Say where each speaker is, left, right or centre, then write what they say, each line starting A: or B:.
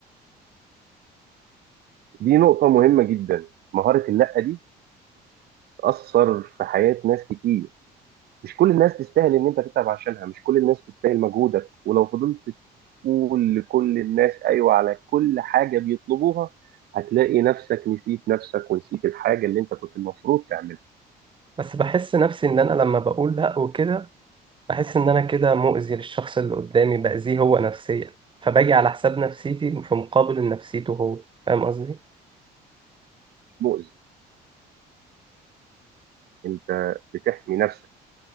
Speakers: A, on the right; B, on the right.
A: دي نقطه مهمه جدا مهاره اللأ دي بتأثر في حياة ناس كتير مش كل الناس تستاهل ان انت تتعب عشانها مش كل الناس تستاهل مجهودك ولو فضلت تقول لكل الناس ايوه على كل حاجة بيطلبوها هتلاقي نفسك نسيت نفسك ونسيت الحاجة اللي انت كنت المفروض تعملها
B: بس بحس نفسي ان انا لما بقول لا وكده بحس ان انا كده مؤذي للشخص اللي قدامي باذيه هو نفسيا فباجي على حساب نفسيتي في مقابل نفسيته هو فاهم قصدي
A: مش مؤذي انت بتحمي نفسك